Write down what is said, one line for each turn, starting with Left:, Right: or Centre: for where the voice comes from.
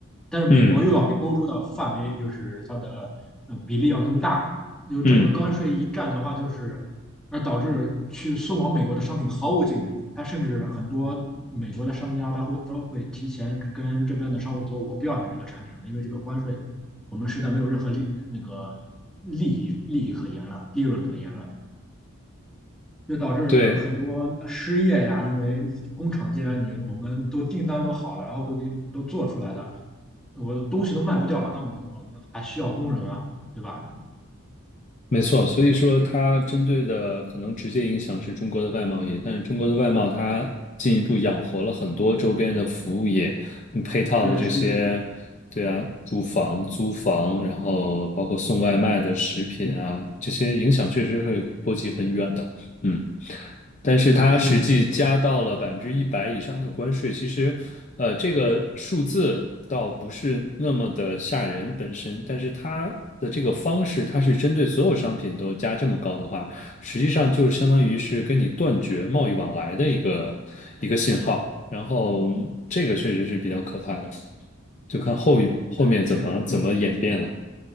Centre: 但是美国又要比欧洲的范围就是它的呃比例要更大，
Left: 嗯
Centre: 有这么关税一战的话，
Left: 嗯，
Centre: 就是而导致去送往美国的商品毫无竞争力。它甚至很多美国的商家，他会都会提前跟这边的商户说，我不要你们这个产品了，因为这个关税，我们实在没有任何利那个利益利益可言了，利润可言了。就导致很多失业呀，
Left: 对。
Centre: 因为工厂既然你我们都订单都好了，然后都给都做出来了，我的东西都卖不掉了，那么我们还需要工人啊，对吧？
Left: 没错，所以说它针对的可能直接影响是中国的外贸业，但是中国的外贸它进一步养活了很多周边的服务业，嗯配套的这些，
Centre: 对，是的，是的，
Left: 对啊，住房、租房，然后包括送外卖的食品啊，这些影响确实会波及很远的。嗯。但是它实嗯际加到了百分之一百以上的关税，
Centre: 对，是的。
Left: 其实，呃，这个数字倒不是那么的吓人本身，但是它的这个方式，它是针对所有商品都加这么高的话，实际上就是相当于是跟你断绝贸易往来的一个一个信号，然后这个确实是比较可怕的，就看后一后面怎么怎么演变了。
Centre: 对，是的，